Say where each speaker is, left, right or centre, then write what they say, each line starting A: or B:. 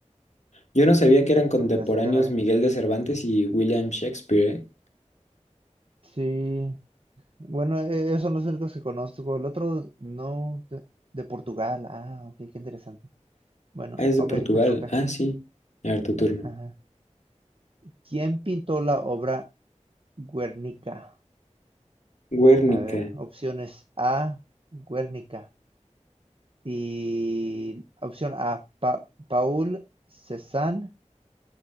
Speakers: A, on the left; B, on the right.
A: Yo no sabía que
B: Bueno,
A: eran contemporáneos
B: ya saqué una vez.
A: Miguel de Cervantes y William Shakespeare, ¿eh?
B: Sí. Bueno, e- esos son los únicos que conozco. El otro no, de, de Portugal. Ah, ok, qué interesante. Bueno,
A: Ah, es de
B: ok,
A: Portugal.
B: me toca.
A: Ah, sí. A ver, tu turno.
B: Ajá. ¿Quién pintó la obra Guernica?
A: Guernica.
B: A ver, opciones A, Guernica. Y opción A, Pa- Paul Cézanne,